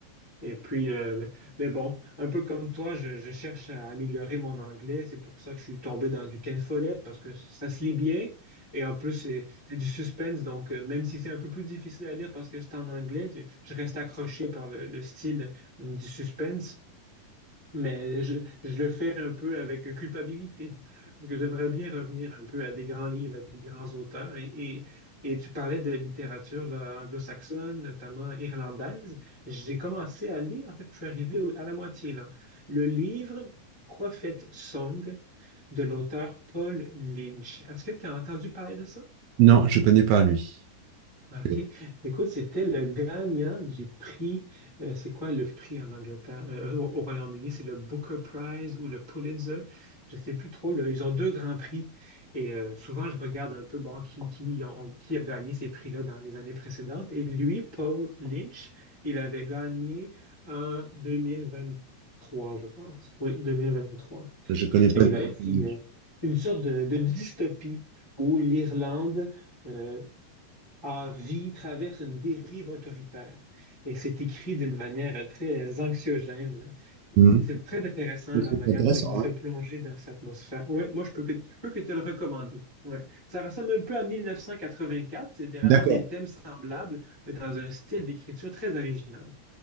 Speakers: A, on the left (about 25°); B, on the right (about 80°).
A: Et puis, euh, mais bon, un peu comme toi, je, je cherche à améliorer mon anglais. C'est pour ça que je suis tombé dans du Ken Follett parce que ça se lit bien. Et en plus, c'est c'est du suspense. Donc, euh, même si c'est un peu plus difficile à lire parce que c'est en anglais, je, je reste accroché par le, le style euh, du suspense. Mais je, je le fais un peu avec culpabilité, parce que j'aimerais bien revenir un peu à des grands livres, à des grands auteurs. Et, et, et tu parlais de littérature là, anglo-saxonne, notamment irlandaise. J'ai commencé à lire, en fait, je suis arrivé au- à la moitié là. Le livre Prophet Song de l'auteur Paul Lynch. Est-ce que tu as entendu parler de ça?
B: Non, je connais pas lui.
A: OK.
B: Je
A: Écoute, c'était le gagnant du prix. euh, c'est quoi le prix en Angleterre? Euh, au, au Royaume-Uni, c'est le Booker Prize ou le Pulitzer. Je ne sais plus trop. là. Ils ont deux grands prix. Et euh, souvent, je regarde un peu bon, qui, qui, ont- qui a gagné ces prix-là dans les années précédentes. Et lui, Paul Lynch, il avait gagné en 2023, je pense. Oui, 2023.
B: je connais pas.
A: Et il a écrit
B: lui.
A: euh, une sorte de, de dystopie où l'Irlande. euh, ah, vie traverse une dérive autoritaire. Et c'est écrit d'une manière très anxiogène.
B: Mhm.
A: C'est c'est très intéressant
B: C'est
A: la manière
B: intéressant,
A: dont il nous fait
B: hein.
A: plonger dans cette atmosphère. Ouais, moi, je peux que, je peux que te le recommander. Ouais. Ça ressemble un peu à 1984. C'est vraiment
B: D'accord.
A: des thèmes semblables, mais dans un style d'écriture très original.